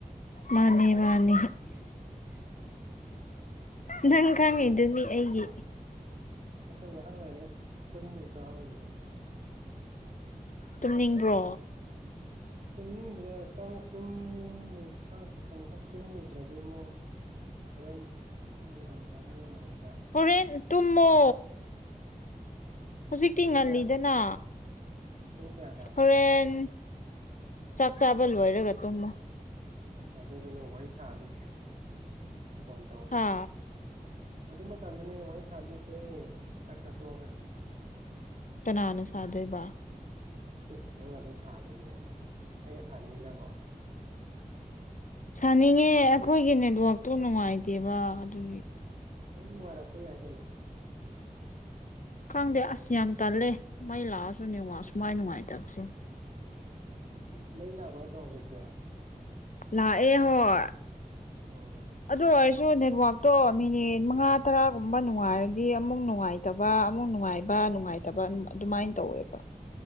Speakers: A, on the left (about 60°); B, on the right (about 55°).
A: ꯃꯥꯅꯤ ꯃꯥꯅꯤ ꯅꯪ ꯈꯪꯉꯤꯗꯨꯅꯤ
B: ꯑꯩꯁꯨ
A: ꯑꯩꯒꯤ
B: ꯑꯩꯁꯨ ꯉꯥꯏꯍꯥꯛ ꯂꯩꯔꯒ ꯇꯨꯝꯃꯨꯁꯨꯪꯍꯪꯗꯦꯗ
A: ꯇꯨꯝꯅꯤꯡꯕ꯭ꯔꯣ
B: ꯇꯨꯝꯅꯤꯡꯕꯗ ꯆꯪꯉ ꯇꯨꯝꯃꯨ ꯈ꯭ꯔꯕ ꯑꯃꯨ ꯇꯨꯝꯃꯨꯗ꯭ꯔꯗꯤ ꯑꯃꯨꯛ ꯍꯣꯔꯦꯟ ꯉꯝꯃꯗ ꯉꯝꯃꯣꯏꯗ꯭ꯔ
A: ꯍꯣꯔꯦꯟ ꯇꯨꯝꯃꯣ ꯍꯧꯖꯤꯛꯇꯤ
B: ꯄꯨꯡ
A: ꯉꯜꯂꯤꯗꯅ
B: ꯀꯌꯥ ꯄꯨꯡ ꯀꯌꯥꯗ
A: ꯍꯣꯔꯦꯟ ꯆꯥꯛ ꯆꯥꯕ ꯂꯣꯏꯔꯒ ꯇꯨꯝꯃꯣ
B: ꯑ ꯑꯗꯨꯗꯨꯅꯦ ꯋꯥꯔꯤ ꯁꯥꯗꯣꯏꯁꯦ ꯐꯣꯟ ꯇꯧꯗꯣꯏꯁꯦ
A: ꯍꯥ
B: ꯑꯗꯨ ꯃꯇꯝꯗꯅꯦ ꯋꯥꯔꯤ ꯁꯥꯗꯣꯏꯁꯦ ꯆꯥꯛ ꯆꯥꯠꯇꯣꯛꯑꯒ
A: ꯀꯅꯥꯅ ꯁꯥꯗꯣꯏꯕ
B: ꯑꯦ ꯅꯪ ꯑꯗꯨꯝ ꯁꯥꯗꯣꯏꯅꯤꯅꯦꯗ ꯑꯩꯒ ꯁꯥꯅꯤꯡꯗ꯭ꯔꯕꯣ
A: ꯁꯥꯅꯤꯡꯉꯦ ꯑꯩꯈꯣꯏꯒꯤ ꯅꯦꯠꯋꯥꯛꯇꯣ ꯅꯨꯡꯉꯥꯏꯇꯦꯕ ꯑꯗꯨꯒꯤ
B: ꯍꯣꯏ ꯅꯨꯡꯉꯥꯏꯔꯛꯄ ꯌꯥꯏ ꯀꯩꯅꯣ
A: ꯈꯪꯗꯦ ꯑꯁ ꯌꯥꯝ ꯇꯜꯂꯦ ꯃꯩ ꯂꯥꯛꯑꯁꯨ ꯅꯃꯛꯥꯛ ꯁꯨꯃꯥꯏ ꯅꯨꯡꯉꯥꯏꯇꯕꯁꯦ
B: ꯃꯩ ꯂꯥꯛꯄꯅꯦ ꯅꯠꯇꯣ ꯍꯧꯖꯤꯛ ꯀꯦ
A: ꯂꯥꯛ ꯑꯦ ꯍꯣꯏ
B: ꯑꯣ
A: ꯑꯗꯨ ꯑꯣꯏꯔꯁꯨ ꯅꯦꯠꯋꯥꯛꯇꯣ ꯃꯤꯅꯤꯠ ꯃꯉꯥ ꯇꯔꯥꯒꯨꯝꯕ ꯅꯨꯡꯉꯥꯏꯔꯗꯤ ꯑꯃꯨꯛ ꯅꯨꯡꯉꯥꯏ ꯇꯕ ꯑꯃꯨꯛ ꯅꯨꯡꯉꯥꯏꯕ ꯅꯨꯡꯉꯥꯏꯇꯕ ꯑꯗꯨꯃꯥꯏꯅ ꯇꯧꯋꯦꯕ